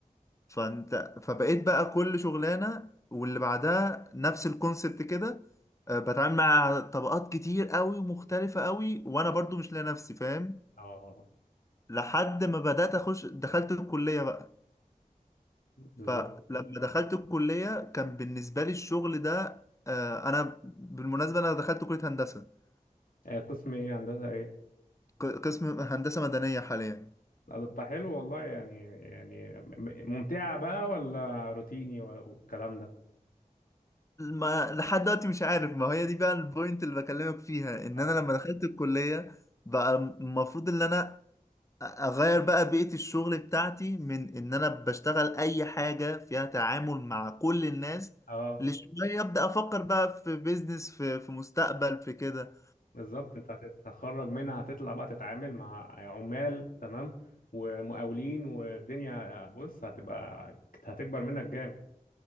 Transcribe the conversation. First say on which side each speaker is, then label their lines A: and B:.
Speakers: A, on the left; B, on the left.
A: فانت فبقيت بقى كل شغلانه واللي بعدها نفس الكونسبت كده آه، بتعامل مع طبقات كتير قوي ومختلفه قوي وانا برضو مش لاقي نفسي فاهم
B: اه
A: لحد ما بدات اخش دخلت الكليه بقى
B: بالظبط
A: فلما دخلت الكليه كان بالنسبه لي الشغل ده آه، انا بالمناسبه انا دخلت كليه هندسه
B: آه، قسم ايه هندسة ايه
A: ق- قسم هندسه مدنيه حاليا
B: لا ده ده حلو والله يعني يعني م- ممتعة بقى ولا روتيني ولا- والكلام ده
A: ما لحد دلوقتي مش عارف ما هي دي بقى البوينت اللي بكلمك فيها ان
B: اه
A: انا لما دخلت الكليه بقى المفروض ان انا اغير بقى بيئة الشغل بتاعتي من ان انا بشتغل اي حاجة فيها تعامل مع كل الناس
B: اه
A: لشوية ابدا افكر بقى في بيزنس في في مستقبل في كده
B: بالظبط انت هتتخرج منها هتطلع بقى تتعامل مع عمال تمام ومقاولين والدنيا بص هتبقى هتكبر منك جامد